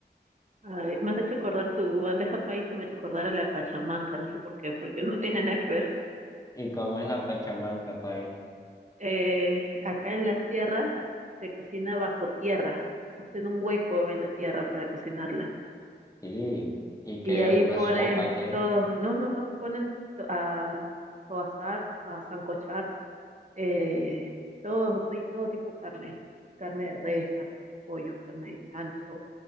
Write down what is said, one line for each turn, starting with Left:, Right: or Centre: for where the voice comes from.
Right: Ay, me has hecho acordar tu bandeja paisa, me ha hecho acordar a la pachamanca, no sé por qué, porque no <laughs> tiene nada que ver.
Left: ¿Y cómo es la pachamanca, pae?
Right: Eh, acá en las tierras se cocina bajo tierra, hacen un hueco en la tierra para cocinarla.
Left: Sí, ¿y qué
Right: Y ahí
Left: es? ¿Una
Right: ponen
Left: sopa? ¿Qué?
Right: todo, no, no, no, ponen to- a, a asar, a sancochar, eh, todo, y todo tipo de carne, carne de res, carne de pollo, carne de chancho,